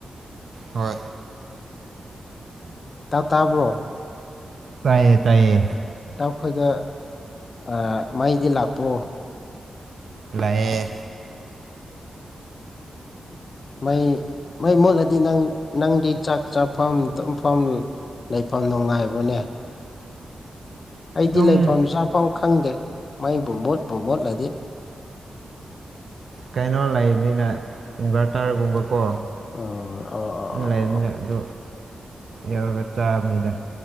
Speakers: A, on the right (about 60°); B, on the left (about 40°).
A: ꯍꯣꯏ꯫
B: ꯇꯥ ꯇꯥꯕ꯭ꯔꯣ꯫
A: ꯇꯥꯏꯌꯦ ꯇꯥꯏꯌꯦ꯫
B: ꯅꯈꯣꯏꯗ ꯑꯥ ꯃꯩꯗꯤ ꯂꯥꯛꯄ꯭ꯔꯣ
A: ꯂꯥꯛꯌꯦ
B: ꯃꯩ ꯃꯩ ꯃꯨꯠꯂꯗꯤ ꯅꯪ ꯅꯪꯗꯤ ꯆꯥꯛ ꯆꯥꯐꯝ ꯇꯨꯝꯐꯝ ꯂꯩꯐꯝ ꯅꯨꯡꯉꯥꯏꯕꯣꯅꯦ ꯑꯩꯗꯤ
A: ꯑꯗꯨꯝ
B: ꯂꯩꯐꯝ ꯆꯥꯐꯝ ꯈꯪꯗꯦ ꯃꯩꯕꯨ ꯃꯨꯠꯄ ꯃꯨꯠꯂꯗꯤ
A: ꯀꯩꯅꯣ ꯂꯩꯕꯅꯤꯅ ꯏꯟꯚꯔꯇꯔꯒꯨꯝꯕꯀꯣ
B: ꯎꯝ ꯑꯣ ꯑꯣ ꯑꯣ
A: ꯂꯩꯥꯕꯅꯤ
B: ꯑꯣ
A: ꯑꯗꯨ ꯌꯧꯔꯒ ꯆꯥꯕꯅꯤꯗ